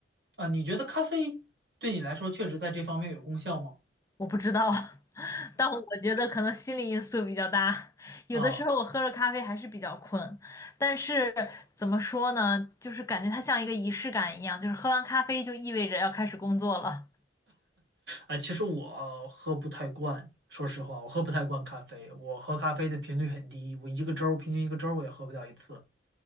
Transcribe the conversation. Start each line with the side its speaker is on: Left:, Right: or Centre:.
Right: 啊，你觉得咖啡对你来说确实在这方面有功效吗？
Left: 我不知道，<laughs> 但我觉得可能心理因素比较大，有的时候我喝了咖啡还是比较困，
Right: 啊，
Left: 但是怎么说呢，就是感觉它像一个仪式感一样，就是喝完咖啡就意味着要开始工作了。
Right: 啊，其实我喝不太惯，说实话，我喝不太惯咖啡，我喝咖啡的频率很低，我一个周儿平均一个周儿我也喝不了一次。